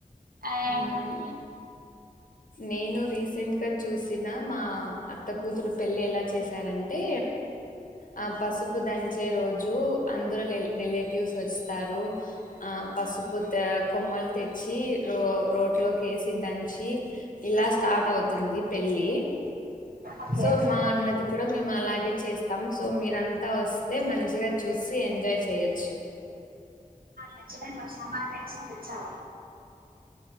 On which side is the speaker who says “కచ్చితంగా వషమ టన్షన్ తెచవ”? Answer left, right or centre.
Right